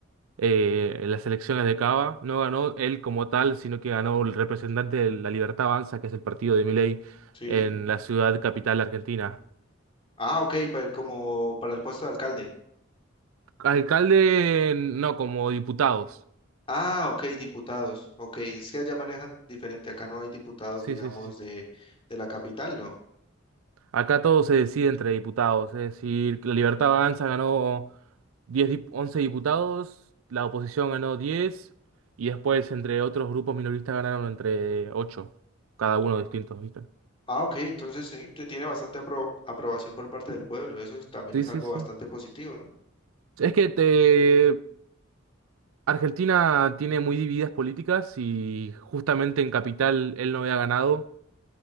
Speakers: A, on the right (about 80°); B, on the left (about 25°).
A: eh, en las elecciones de Cava. No ganó él como tal, sino que ganó el representante de La Libertad Avanza, que es el partido de Milei,
B: Sí.
A: en la ciudad capital argentina.
B: Ah, ok, pa- como para el puesto de alcalde.
A: Alcalde, no, como diputados.
B: Ah, ok, diputados. Ok, es que allá manejan diferente. Acá no hay diputados,
A: Sí,
B: digamos,
A: sí, sí. sí.
B: de, de la capital, ¿no?
A: Acá todo se decide entre diputados, es decir, La Libertad Avanza ganó diez dip- 11 diputados, la oposición ganó 10 y después entre otros grupos minoristas ganaron entre 8 cada uno
B: Ah,
A: distintos, ¿viste?
B: ah, ok, entonces sí, te- tiene bastante apro- aprobación por parte del pueblo. Eso es- también
A: Sí,
B: es
A: sí,
B: algo
A: sí.
B: bastante positivo, ¿no?
A: Es que te Argentina tiene muy divididas políticas y justamente en Capital él no había ganado